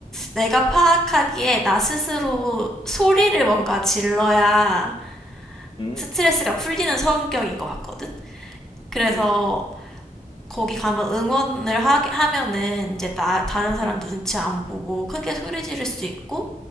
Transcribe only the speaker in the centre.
내가 파악하기에 나 스스로 소리를 뭔가 질러야
스트레스가 풀리는 성격인 것 같거든? 그래서
거기 가면 응원을 하, 하면은 이제 나, 다른 사람
눈치 안 보고 크게 소리 지를 수 있고